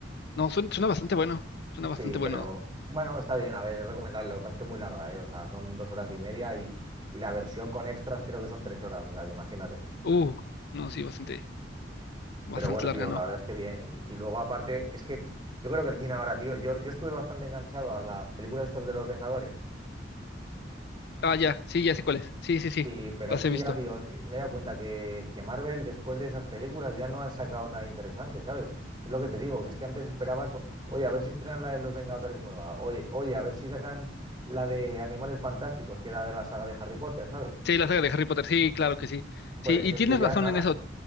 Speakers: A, on the left (about 60°); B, on the right (about 25°).
A: No, suena, suena bastante bueno. Suena bastante
B: Sí, pero
A: bueno.
B: bueno, está bien, a ver, es recomendable, lo que pasa es que es muy larga, ¿eh? O sea, son dos horas y media y, y la versión con extras creo que son tres horas, o sea, que imagínate.
A: Uh, no, sí, bastante, bastante
B: Pero bueno,
A: larga,
B: tío,
A: ¿no?
B: la verdad es que bien. Y, y luego aparte, es que yo creo que el cine ahora, tío, yo, yo estuve bastante enganchado a las películas estas de los Vengadores.
A: Ah, ya, sí, ya sé cuál es Sí, sí, sí,
B: Sí, pero
A: las
B: es que
A: he visto.
B: ya digo, eh, me he dado cuenta que, que Marvel después de esas películas ya no han sacado nada interesante, ¿sabes? Es lo que te digo, que es que antes esperabas, bo- oye, a ver si estrenan la de los Vengadores nueva, oye, oye, a ver si sacan la de Animales Fantásticos, que era de la saga de Harry Potter, ¿sabes?
A: Sí, la saga de Harry Potter, sí, claro que sí.
B: Pues
A: Sí, y
B: si es
A: tienes
B: que ya
A: razón
B: nada.
A: en eso.